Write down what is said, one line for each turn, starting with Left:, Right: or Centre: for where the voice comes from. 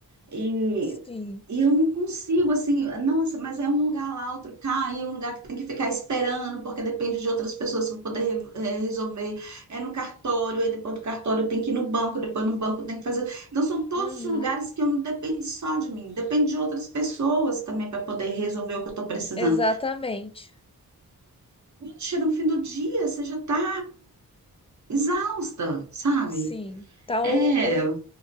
Right: e
Left: Sim.
Right: e eu não consigo, assim, nossa, mas é um lugar lá, outro cá, e um lugar que tem que ficar esperando, porque depende de outras pessoas para poder eh, resolver. É no cartório, aí depois do cartório tem que ir no banco, depois no banco tem que fazer. Então, são todos
Left: Uhum,
Right: os lugares que eu não depende só de mim, depende de outras pessoas também para poder resolver o que eu estou precisando.
Left: exatamente.
Right: Quando chega no fim do dia, você já está exausta, sabe?
Left: Sim. Tá
Right: É,
Left: o, o-